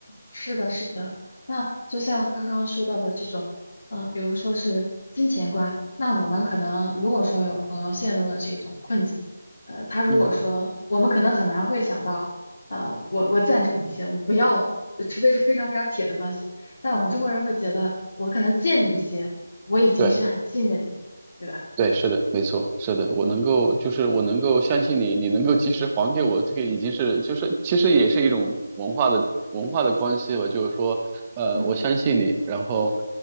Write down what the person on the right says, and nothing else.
嗯，
对。
对，是的，没错，是的，我能够，
就是我能够相信你，你能够及时还给我，这个已经是，就是其实也是一种文化的文化的关系吧，就是说，呃，
我相信你，然后